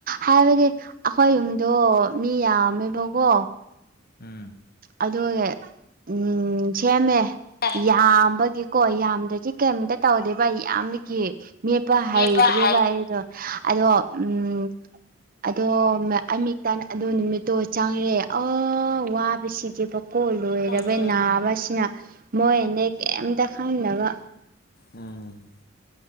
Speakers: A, on the right; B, on the left.
A: ꯍꯥꯏꯕꯗꯤ ꯑꯩꯈꯣꯏ ꯌꯨꯝꯗꯣ ꯃꯤ ꯌꯥꯝꯃꯦꯕꯀꯣ
B: ꯎꯝ
A: ꯑꯗꯨ ꯎꯝ ꯁꯦꯝꯃꯦ
B: ꯑꯦ
A: ꯌꯥꯝꯕꯒꯤꯀꯣ ꯌꯥꯝꯗ꯭ꯔꯗꯤ ꯀꯩꯝꯇ ꯇꯧꯗꯦꯕ ꯌꯥꯝꯕꯒꯤ ꯃꯦꯠꯄ ꯍꯩꯇ꯭ꯔꯦꯕ
B: ꯅꯦꯄꯥ ꯍꯥꯏ
A: ꯑꯩꯗꯣ ꯑꯗꯣ ꯎꯝ ꯑꯗꯣ ꯑꯃꯤꯛꯇ ꯑꯗꯨ ꯅꯨꯃꯤꯠꯇꯣ ꯆꯪꯔꯦ ꯑꯣ ꯋꯥ ꯁꯤꯗꯤ ꯕꯀꯣ ꯂꯣꯏꯔꯕ
B: ꯂꯣꯏ
A: ꯅꯥꯕꯁꯤꯅ ꯃꯣꯏꯅꯗꯤ ꯀꯩꯝꯇ ꯈꯪꯗꯅꯕ
B: ꯎꯝ